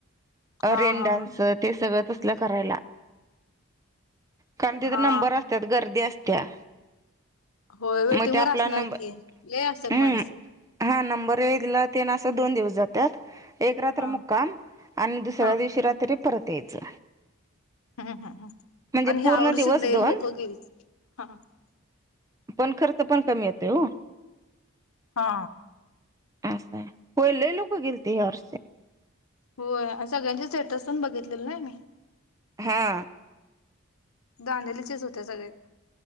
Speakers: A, on the left; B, on the right.
A: हा
B: अ रेन
A: हा
B: डान्स
A: हा
B: ते ऽऽसगळं तसल करायला. कारण तिथ
A: हा
B: नंबर असत्यात गर्दी असत्या
A: होय वेटिंग
B: मग ते आपला
A: वर असणार
B: नंबर
A: की लय असत्यात
B: हम्म
A: माणसं
B: हा नंबर एक ला तेन असं दोन दिवस जात्यात एक रात्र
A: हा
B: मुक्काम आणि दुसऱ्या
A: हा
B: दिवशी रात्री परत यायचं
A: हम् हम् ह
B: म्हणजे
A: आणि ह्या
B: पूर्ण
A: वर्षात
B: दिवस
A: लय
B: दोन
A: लोक गेली हा
B: पण खर्च पण कमी येतोय हो
A: हा
B: असाय होय लय लोक गेलती ह्या वर्षी
A: व्हय सगळ्यांचे स्टेटस पण बघितलेलो नाही मी
B: हा
A: दांडेलीचेच होते सगळे